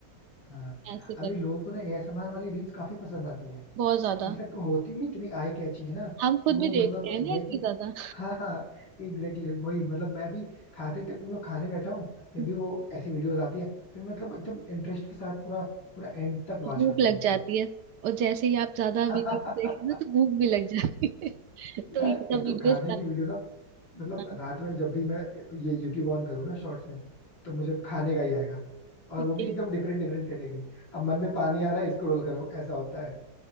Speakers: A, on the left; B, on the right.
A: हाँ
B: ऐसे कर
A: अभी लोगों को ना एएसएमआर वाली रील्स काफी पसंद आती है
B: बहुत ज्यादा
A: इनफैक्ट वो होती भी इतनी आई कैची है ना
B: हम
A: कि
B: खुद
A: वो
B: भी देखते
A: मतलब
B: हैं
A: ये
B: ना
A: है
B: इतनी
A: कि
B: ज्यादा
A: हाँ हाँ एग्जैक्टली वही मतलब मैं भी खाते तक मतलब खाने बैठा हूँ फिर
B: <laughs>
A: भी वो ऐसी वीडियोस आती है फिर मतलब एकदम इंटरेस्ट के साथ पूरा पूरा एंड तक वॉच
B: भूख
A: करता
B: लग
A: हूँ उसे
B: जाती है और जैसे ही आप ज्यादा
A: <laughs>
B: वीडियो देखते हैं ना तो भूख भी लग जाती है <laughs> तो
A: यार
B: ये सब
A: एक तो
B: वीडियोस
A: खाने की
B: आपको
A: वीडियो ना मतलब
B: हाँ,
A: रात में जब भी मैं ये यूट्यूब ऑन करूँ ना शॉर्ट्स में तो मुझे खाने का ही आएगा और
B: यही
A: वो भी एकदम डिफरेंट डिफरेंट कैटेगरी अब मन में पानी आ रहा है स्क्रॉल कर रहा हूँ ऐसा होता है